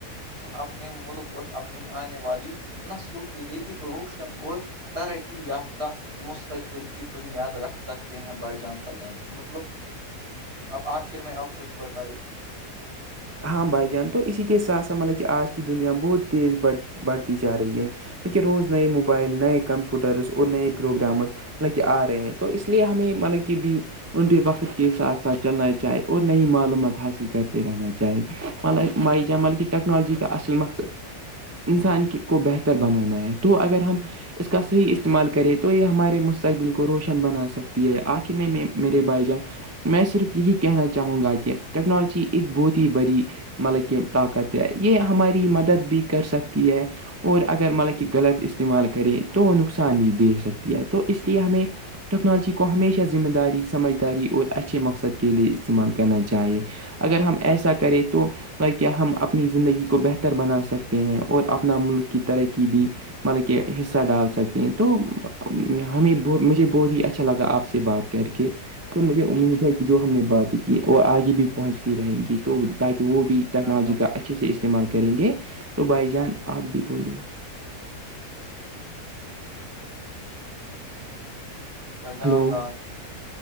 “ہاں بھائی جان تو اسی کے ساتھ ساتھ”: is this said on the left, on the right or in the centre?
Right